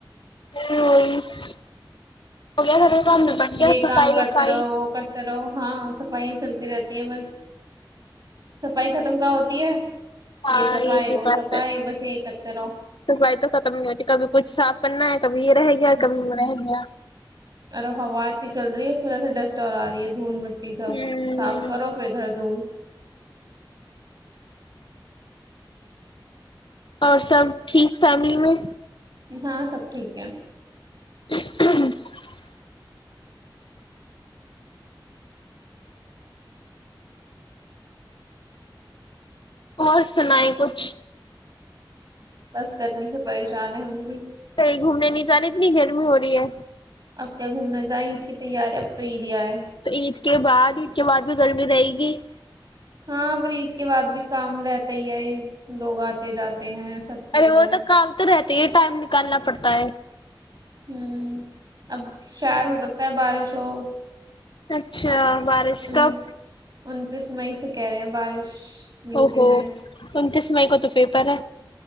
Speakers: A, on the left; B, on the right.
A: <unintelligible> گیا
B: یہ
A: صفائی
B: کام کرتا
A: وفائی
B: رہو وہ کرتا رہو۔ ہاں۔ صفائیاں چلتی رہتی ہیں بس۔ صفائی ختم کہاں ہوتی ہے
A: ہاں
B: صفائی
A: یہ بھی
B: وہ
A: بات
B: صفائی
A: ہے۔
B: بس یہی کرتے رہو
A: صفائی تو ختم نہیں ہوتی۔ کبھی کچھ صاف کرنا ہے۔ کبھی یہ رہ گیا۔
B: ہوں
A: کبھی وہ رہ گیا۔
B: اور اب ہوا اتنی چل رہی ہے۔ اس کی وجہ سے ڈسٹ اور آ رہی ہے دھول م۔۔۔ ٹی سب
A: ہوں
B: صاف کرو۔ پھر ادھر دھول۔
A: اور سب ٹھیک فیملی میں؟
B: ہاں سب۔۔۔ <unintelligible> ٹھیک ہے۔
A: <unintelligible> اور سنائیں کچھ؟
B: بس گرمی سے پریشان ہے ہم بھی۔
A: کہیں گھومنے نہیں جا رہے اتنی گرمی ہو رہی ہے۔
B: اب کیا گھومنا جائیں۔ عید کی تیاری اب تو عید۔۔ <unintelligible>
A: تو عید کے بعد عید کے بعد بھی گرمی رہے گی۔
B: ہاں پھر عید کے بعد بھی کام رہتا ہی ہے۔ لوگ آتے جاتے ہیں۔ سب چیزیں
A: ارے وہ تو کام تو رہتا۔۔۔ یہ ٹائم نکالنا پڑتا ہے۔ <unintelligible>
B: ہمم۔ اب شاید ہو سکتا ہے بارش ہو۔
A: اچھا بارش
B: ان
A: کب۔۔۔
B: انتیس مئی سے کہہ رہے ہیں بارش یو
A: او
B: پی
A: ہو
B: میں
A: ان <unintelligible> کو تو پیپر ہے